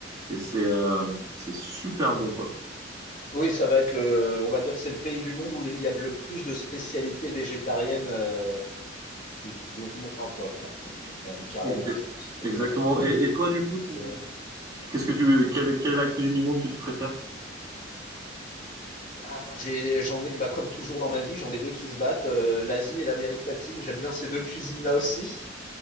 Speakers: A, on the right; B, on the left.
A: Et c'est euh, c'est super bon, quoi.
B: Oui, ça va être le, on va dire que c'est le pays du monde où les- il y a le plus de spécialités végétariennes, euh, plus ou moins, quoi. Enfin, même carrément,
A: Et- et-
B: je pense, d'ailleurs.
A: exactement. Et, et toi, du coup, ton...
B: C'est vrai.
A: qu'est-ce que tu, quelle, quelle est la cuisine du monde que tu préfères?
B: Ah, moi, j'ai, j'en ai, bah, comme toujours dans ma vie, j'en ai deux qui se battent, euh, l'Asie et l'Amérique latine. J'aime bien ces deux cuisines-là aussi,